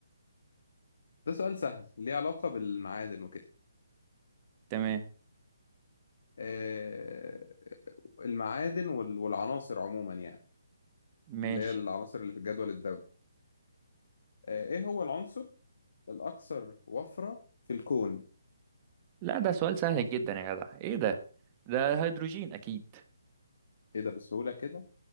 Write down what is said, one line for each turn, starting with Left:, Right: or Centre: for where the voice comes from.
Left: ده سؤال سهل ليه علاقة بالمعادن وكده
Right: تمام
Left: آه المعادن وال- والعناصر عموما يعني
Right: ماشي
Left: اللي هي العناصر اللي في الجدول الدوري آه ايه هو العنصر الاكثر وفرة في الكون
Right: لا ده سؤال سهل جدا يا جدع إيه ده ده هيدروجين أكيد
Left: ايه ده بسهولة كده